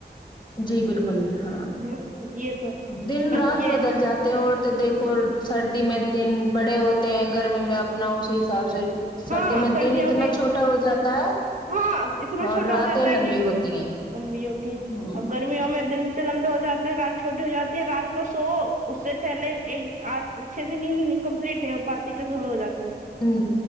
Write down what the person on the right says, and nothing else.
ہ یہ تو
بس
یہ
ہاں
سردیوں
کی
ہاں اتنا
چھوٹا
ہو جاتا ہے
کہ
لمبی ہوتی ہیں
اب گرمیوں میں دن لمبے ہو جاتے ہیں رات چھوٹی ہو جاتی ہے رات کو سو اس سے پہلے ایک آ چھ سے نیند کمپلیٹ نہیں ہو پاتی کہ صبح ہو جاتی ہے